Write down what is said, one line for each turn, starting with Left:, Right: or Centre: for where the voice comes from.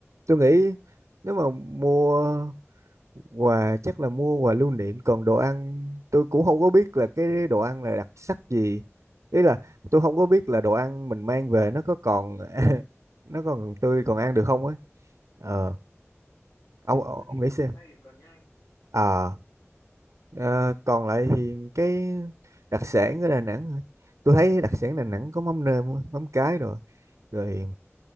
Right: tôi nghĩ nếu mà mua quà chắc là mua quà lưu niệm còn đồ ăn tôi cũng không có biết là cái đồ ăn là đặc sắc gì ý là tôi không có biết là đồ ăn mình mang về nó có còn <laughs> nó còn tươi còn ăn được không ấy ờ
Left: Ừm, nhưng
Right: ông
Left: mà
Right: ông
Left: tôi nghĩ
Right: ông
Left: đi
Right: nghĩ xem
Left: máy bay thì còn nhanh.
Right: à ờ, còn lại thì cái đặc sản ở Đà Nẵng hả? tôi thấy đặc sản Đà Nẵng có mắm nêm mắm cái rồi rồi